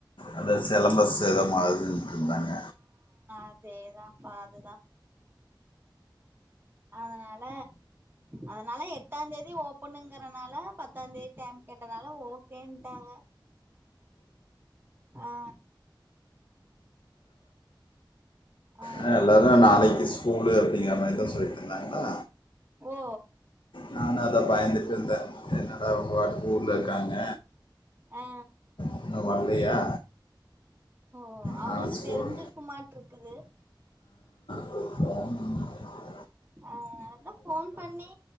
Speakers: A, on the left; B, on the right.
A: அத ஸ் செலபஸ் எதோ மாறுதுன்ட்ருந்தாங்க.
B: அதேதாம்பா அதுதா அதனால அதனால எட்டாந்தேதி ஓப்பனுங்கிறனால பத்தாந்தேதி டைம் கேட்டதால ஓகேன்னட்டாங்க ஆ ஆ
A: அ
B: அதா
A: எல்லாரூ
B: அதா
A: நாளைக்கி ஸ் கூலு அப்படிங்க மாரிதா ஸ் சொல்லிட்ருந்தாங்களா
B: ஓ
A: நானு அதா பயந்துட்டு இந்த என்னடா வடுவூர்ல இருக்காங்க.
B: ஆ
A: இன்னும் வரலையா
B: ஓ அவங்களுக்கு
A: நான் ஸ்கூல்
B: தெரிஞ்சிருக்கு மாட்ருக்குது.
A: <unintelligible>
B: ஆ அதா ஃபோன் பண்ணி